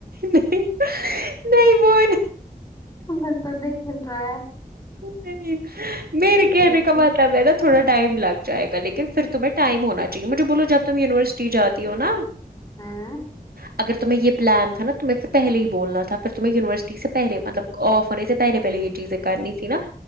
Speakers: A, on the right; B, on the left.
A: نہیں نہیں وہ
B: ان توندےسلرا
A: نہیں مری کہنے
B: رہی
A: کامات
B: ہے
A: تھوڑا ٹائم لگ جائے گا لیکن پھر تمہیں ٹائم ہونا چاہیے مجھے بولو جب تم یونیورسٹی جاتی ہو نا
B: ہاں
A: اگر تمہیں یہ پلان تھا نا تم پھر پہلے ہی بولنا تھا پھر تمہیں یونیورسٹی سے پہلے مطلب آف ہونے سے پلے پہلے یہ چیزیں کرنی تھی نا